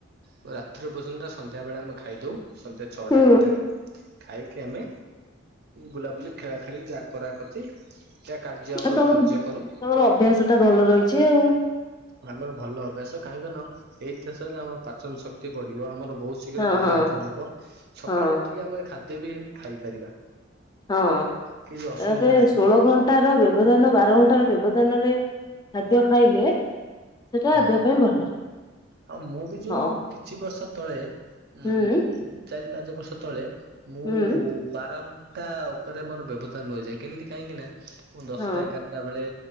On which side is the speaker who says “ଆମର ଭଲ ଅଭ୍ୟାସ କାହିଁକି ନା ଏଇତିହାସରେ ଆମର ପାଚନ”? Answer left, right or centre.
Right